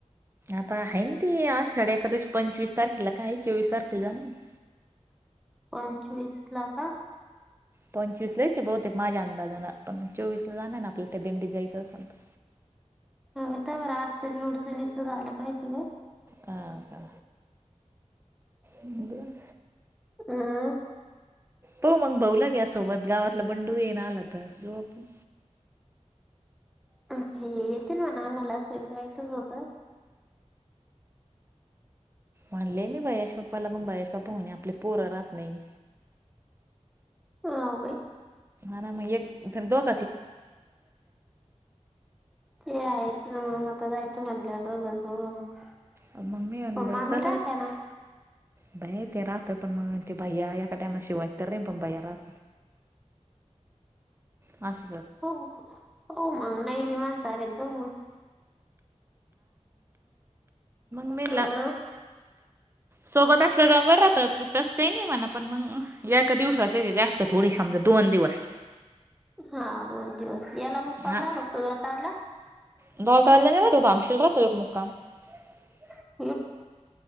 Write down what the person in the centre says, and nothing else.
पंचवीसला का?
हो, हो. तवर अडचणी बिडचणीच झालं, काय करू.
हम्म
हे येतीलना मला असं बी जायचच होतं.
हा होय
ते आहेच ना मगं आता जायचं म्हणल्यावर दोघजण मगं.
मामी
राहत्या ना?
हो हो मगं नाही मी माणसाने जमतं.
हा
हा दोन दिवस याला मुक्काम
राहतं असतो गंधारला.
<unintelligible>